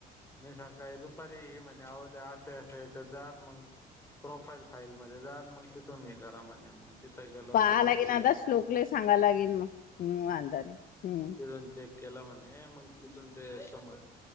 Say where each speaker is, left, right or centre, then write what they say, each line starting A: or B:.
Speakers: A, on the left (about 15°); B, on the left (about 55°).
A: मी सकाळी दुप री म्हणे असे अस जाण मग प्र <inaudible> म जा मग तिथून निघ घरामध्ये मग तिथं गेलो
B: पाहा
A: तिथं
B: लागेल
A: चेक
B: आता स्लोकले सांगाव लागेल मग हम् वांदााने हम्म
A: तिथून चेक केला म्हणे मग तिथून ते समज